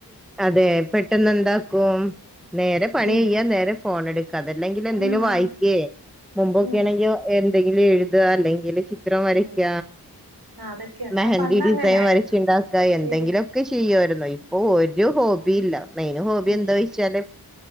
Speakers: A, in the centre; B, on the right.
A: അതെ പെട്ടെന്ന് എന്താക്കും നേരെ പണി
B: ഉം
A: തൻ ഫോൺ എടുക്ക് അതല്ലെങ്കിൽ എന്തേലും
B: ഉം
A: വായിക്കേ
B: ആന്ന്
A: മുമ്പൊക്കെ
B: ഉം
A: ആണെങ്കിലോ എന്തെങ്കിലും എഴുതുക അല്ലെങ്കിൽ ചിത്രം വരക്ക
B: ഉം ആഹ് അതൊക്കെയുണ്ട്
A: മെഹന്തി
B: ആഹ് പണ്ട്
A: ഡിസൈൻ
B: അങ്ങനായിരുന്നു
A: വരച്ചുണ്ടാക്ക എന്തെങ്കിലും
B: ശരിയാ
A: ഒക്കെ ചെയ്യുണ്ട് <unintelligible> ഇപ്പൊ ഒരു ഹോബില്ല മെയിന് ഹോബി
B: ഉം
A: എന്തോയിച്ചാല്